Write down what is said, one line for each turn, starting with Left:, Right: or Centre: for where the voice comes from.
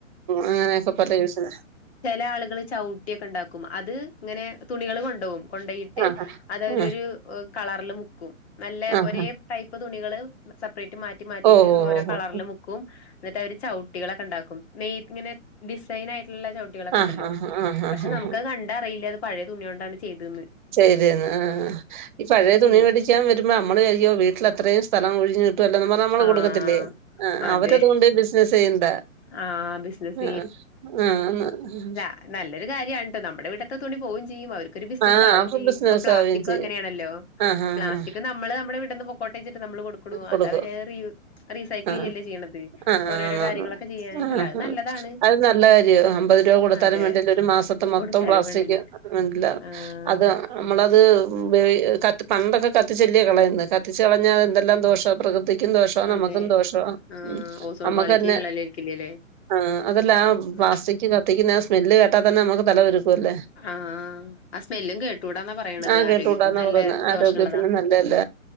Right: അങ്ങനെയൊക്കെ പല യൂസ്
Left: പലെ ആളുകള് ചൗ ട്ടിയൊക്കെ ഇണ്ടാക്കും അത് ഇങ്ങനെ തുണികള് കൊണ്ടോവും കൊണ്ടോയിട്ട്
Right: ആഹ്
Left: അതവരോരു
Right: ആഹ്
Left: കളറില് മുക്കും നല്ല
Right: ആഹ്
Left: ഒരേ
Right: ആഹ്
Left: ടൈപ്പ് തുണികള് സെപ്പറേറ്റ് മാറ്റി
Right: ഓ
Left: യിട്ട് ഓരോ
Right: ഓ
Left: കളറില്
Right: ഓ ഓ
Left: മുക്കും എന്നിട്ട് അവര് ചൗ ട്ടിയൊക്കെ ഇണ്ടാക്കും നെയ് ഇങ്ങനെ ഡിസൈനായിട്ടുള്ള ചവിട്ടികളൊക്കെ
Right: ആഹ്
Left: ഇണ്ടല്ലോ
Right: ആഹ് ആഹ് ആഹ്
Left: പക്ഷെ
Right: ആഹ്
Left: നമുക്കത് കണ്ടറിയില്ല അത് പഴയ തുണിയോണ്ടാണ് ചെയ്തേന്ന്
Right: ചെയ്തേന്ന് ആഹ് ഈ പഴയ തുണിമേടി
Left: ചെയ്യും
Right: ക്കാൻ വരുമ്പോ നമ്മള് വിചാരിക്കും വീട്ടിലത്രയും സ്ഥലം ഒഴിഞ്ഞിട്ടുല്ലോ നമ്മ നമ്മള്
Left: ആഹ്
Right: കൊടുക്കത്തില്ലേ ആഹ്
Left: അതെ
Right: അവരതുകൊണ്ട് ബിസിനസ് ചെയ്യണ്ടാ
Left: ആഹ് ബിസിനസ്
Right: ആഹ് ആഹ് ആഹ്
Left: അത് നല്ലൊരു കാര്യാണ് ട്ടോ നമ്മുടെ വീട്ടത്തെ തുണി പോവും ചെയ്യും അവർ ക്കൊരു ബിസിനസ്സാവും
Right: ആഹ് അവർക്ക്
Left: ചെയ്യും.
Right: ബിസിനസ്
Left: ഇപ്പൊ പ്ലാസ്റ്റിക്കും
Right: ആവുകയും ചെയ്യും
Left: അങ്ങനെയാണല്ലോ
Right: ആഹ് ആഹ്
Left: പ്ലാസ്റ്റിക്
Right: ആഹ്
Left: നമ്മള് നമ്മുടെ വീട്ട്ന്ന് പോ പോട്ടേ വിചാരിച്ചിട്ട് നമ്മള് കൊടുക്കുണു
Right: കൊടുക്കും
Left: അതവര് റീ യൂസ് റീസൈക്കിൾ
Right: ആഹ്
Left: ചെയ്യല്ലേ ചെയ്യ്ണത്
Right: ആഹ്
Left: ഓരോരോ
Right: ആന്നാന്ന്
Left: കാര്യങ്ങളൊ ചെയ്യാന്
Right: ആഹ്
Left: അല്ല അത്
Right: ആഹ്
Left: നല്ലതാണ്.
Right: അത് നല്ല കാര്യാ അമ്പത് രൂപ കൊടുത്താലും
Left: അതെ
Right: വേണ്ടില്ല ഒരു മാസത്തെ മൊത്തം
Left: കൊടുത്താലും
Right: പ്ലാസ്ടിക്
Left: വേണ്ടില്ല
Right: അത് നല്ലതാ
Left: ആഹ്
Right: അത് അമ്മളത് ഉപ ക പണ്ടൊക്കെ കത്തിച്ചല്ലേ കളയുന്നേ കത്തിച്ച് കളഞ്ഞാൽ
Left: ആഹ്
Right: എന്തെല്ലാം ദോഷ പ്രകൃതിക്കും ദോഷവാ നമ്മുക്കും
Left: അതെ
Right: ദോഷോവാ ഹ്മ്മ്
Left: ആഹ് ഓസോൺ
Right: നമ്മുക്കന്നെ
Left: പാളിക്ക് വിള്ളലേൽക്കില്ലല്ലേ
Right: ആഹ് അതെല്ലാ ആ പ്ലാസ്റ്റിക്
Left: ഉം
Right: കത്തിക്കുന്ന ആ സ്മെല്ല് കേട്ടാ തന്നെ നമുക്ക് തല പെരുക്കുല്ലേ
Left: ആഹ് ആഹ് ആ സ്മെല്ലും കേട്ടുടാന്നാ പറയ്ണത്
Right: ആ കേട്ടൂടാന്നാ
Left: ആരോഗ്യത്തിന് നല്ല
Right: പറയുന്നെ ആരോഗ്യത്തിന്
Left: ദോഷതാ
Right: നല്ലതല്ല